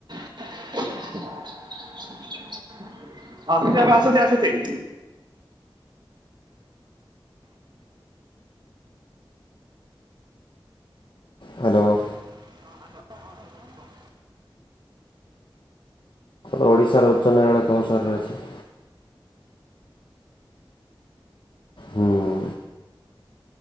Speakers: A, on the right; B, on the left.
A: <inaudible> <inaudible> <unintelligible> ଏବେ ଆସୁଛି ଆସୁଛି। <inaudible> <inaudible>
B: ହ୍ୟାଲୋ।
A: ହଁ ହ୍ୟାଲୋ ହଁ ସୁବୁଛି କହ।
B: ଓଡ଼ିଶାର ଉଚ୍ଚ ନ୍ୟାୟାଳୟ କେଉଁ ସହରରେ ଅଛି? ହୁଁ।